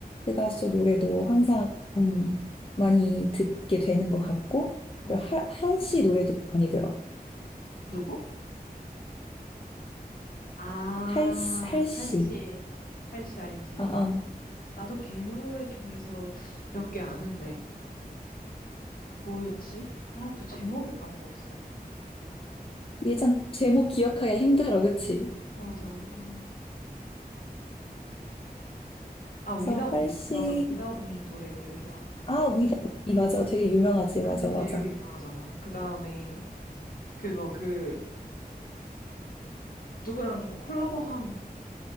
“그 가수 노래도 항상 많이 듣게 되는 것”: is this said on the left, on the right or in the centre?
Left